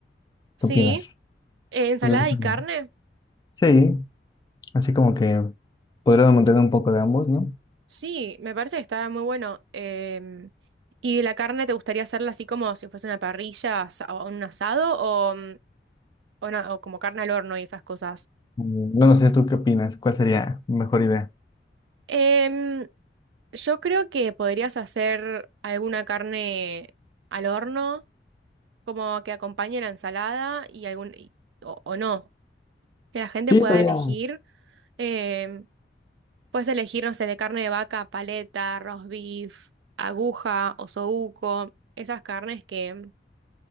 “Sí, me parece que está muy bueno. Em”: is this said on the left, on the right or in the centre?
Right